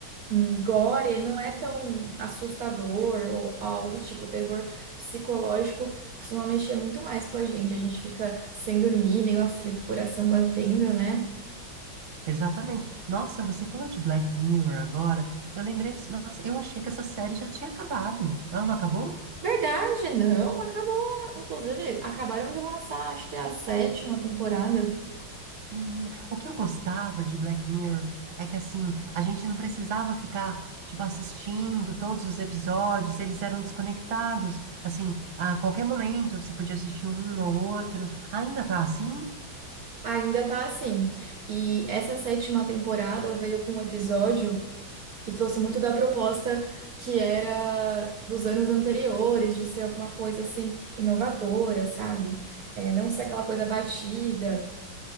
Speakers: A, on the right; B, on the right.
A: hum, gore, ele não é tão assustador ou algo do tipo. O terror psicológico costuma mexer muito mais com a gente. A gente fica sem dormir, meio aflito, coração batendo, né?
B: Exatamente. Nossa, você falou de Black Mirror agora. Eu lembrei, assim, nossa, eu achei que essa série já tinha acabado. Ela não acabou?
A: Verdade, não, acabou. Inclusive, acabaram de lançar, acho que a sétima temporada.
B: Menina, o que eu gostava de Black Mirror é que assim, a gente não precisava ficar tipo assistindo todos os episódios, eles eram desconectados. Assim, a qualquer momento você podia assistir um ou outro. Ainda tá assim?
A: Ainda tá assim. E essa sétima temporada veio com um episódio que trouxe muito da proposta que era dos anos anteriores, de ser alguma coisa assim inovadora, sabe? É, não ser aquela coisa batida.